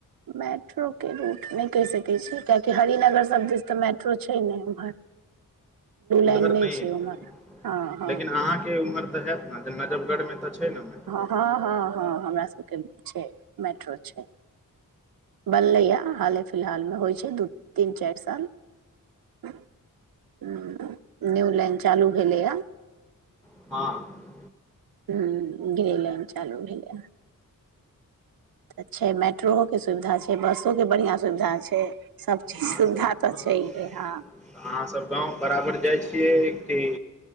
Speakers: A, on the right (about 85°); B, in the centre.
A: मेट्रो के रूट नै कैह सकै छी, कियेकि हरिनगर सब दिस तऽ मेट्रो छै नै उम्हर। <inaudible> लाइन
B: उधर
A: नहि
B: नै
A: छै
B: एतै
A: उम्हर हँ हँ
B: लेकिन अहाँ के उम्हर तऽ हेत न नजफगढ़ मे तऽ छै। मेट्रो
A: ह- ह- ह हमरा सबके छै, मेट्रो छै। बनलैये हाले फिलहालमे होइ छै दू, तीन, चैर साल। हु न्यू लैंन चालू भेलैये।
B: हँ।
A: हु ग्रे लाइन चालू भेलै। तऽ छै मेट्रोओे के सुविधा छै, बसोके बढ़िआँ सुविधा छै। सभचीज
B: अहाँ
A: सुविधा
B: सब
A: तऽ
B: अहाँ
A: छैेहे हँ।
B: अहाँसभ गाँव बराबर जाइ छियै कि